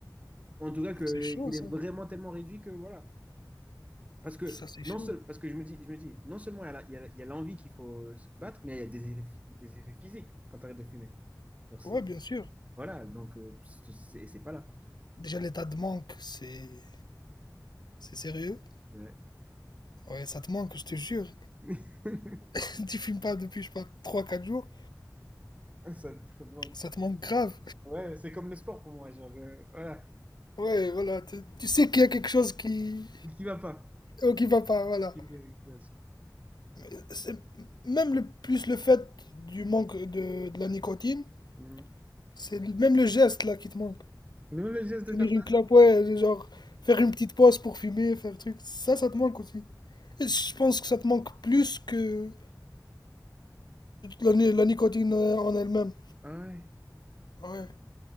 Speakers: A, on the right; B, on the left.
A: En tout cas, que,
B: C'est chaud
A: qu'il
B: ça.
A: est vraiment tellement réduit que voilà. Parce que,
B: Ça, c'est
A: non
B: chaud.
A: seul, parce que je me dis, je me dis, non seulement il y a la- il y a la- il y a l'envie qu'il faut se battre, mais il y a des effets, des effets physiques quand tu arrêtes de fumer. Genre, c'est,
B: Ouais, bien sûr.
A: voilà, donc euh, c'est c'est- c'est pas là.
B: Déjà, l'état de manque, c'est. C'est sérieux.
A: Ouais.
B: Ouais, ça te manque, je te jure.
A: <laughs>
B: <laughs> tu fumes pas depuis, je sais pas, 3-4 jours.
A: Ça, ça demande.
B: Ça te manque grave.
A: Ouais, c'est comme le sport pour moi, genre, euh, voilà,
B: Ouais, voilà. Tu, tu sais qu'il y a quelque chose qui.
A: qui va pas.
B: oh, qui va pas, voilà.
A: Qui me diagnostique.
B: Mais c'est Même le plus le fait du manque de, de la nicotine,
A: Mhm.
B: c'est le- même le geste là qui te manque.
A: Le même geste
B: Tenir
A: de faire ça?
B: une clope, ouais, genre faire une petite pause pour fumer, faire truc. Ça, ça te manque aussi. Et je pense que ça te manque plus que la, ni- la nicotine euh, en elle-même.
A: Ah ouais,
B: Ouais.